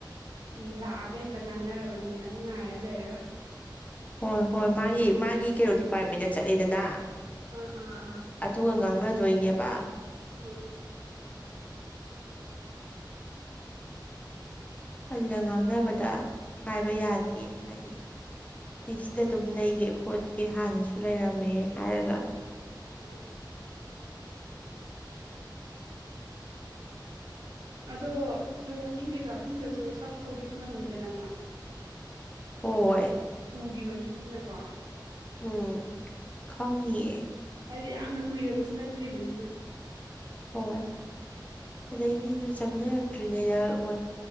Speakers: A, on the right (about 60°); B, on the left (about 20°).
A: ꯎꯝ ꯂꯥꯛꯑꯒ ꯍꯦꯛꯇ ꯉꯥꯡꯅꯔꯕ ꯅꯨꯃꯤꯠ ꯑꯃ ꯉꯥꯏꯔ ꯂꯩꯔꯒ
B: ꯍꯣꯏ ꯍꯣꯏ ꯃꯥꯒꯤ ꯃꯥꯒꯤ ꯀꯩꯅꯣ ꯗꯤꯄꯥꯔꯠꯃꯦꯟꯗ ꯆꯠꯂꯦꯗꯅ
A: ꯎꯝ ꯎꯝ ꯎꯥ
B: ꯑꯗꯨꯒ ꯉꯥꯡꯅꯗꯣꯏꯅꯦꯕ
A: ꯎꯝ
B: ꯑꯗꯨꯗ ꯉꯥꯡꯅꯕꯗ ꯍꯥꯏꯕ ꯌꯥꯅꯤꯌꯦ ꯍꯥꯏꯗꯤ ꯑꯩ ꯁꯤꯗ ꯑꯗꯨꯝ ꯂꯩꯒꯦ ꯈꯣꯠꯀꯦ ꯍꯥꯟꯅꯁꯨ ꯂꯩꯔꯝꯃꯦ ꯍꯥꯏꯔꯒ
A: ꯎꯝ ꯑꯗꯣ ꯍꯣꯏ ꯃꯃꯤꯡ ꯀꯩꯀꯥ ꯈꯪꯗ꯭ꯔꯁꯨ ꯁꯛ ꯐꯥꯎꯗꯤ ꯈꯪꯉꯝꯅꯤꯗꯅꯃ
B: ꯍꯣꯏ
A: ꯎꯒꯤꯈꯤꯕ ꯃꯤꯅꯤꯅꯀꯣ
B: ꯎꯝ ꯈꯪꯅꯤꯌꯦ
A: ꯍꯥꯏꯗꯤ ꯌꯥꯝꯅ ꯀꯨꯏꯔꯕꯁꯨ ꯅꯠꯇ꯭ꯔꯤꯕꯅꯤꯅ
B: ꯍꯣꯏ ꯑꯗꯩ ꯃꯤꯁꯨ ꯆꯪꯅꯔꯛꯇ꯭ꯔꯤꯉꯩꯗ ꯍꯣꯏ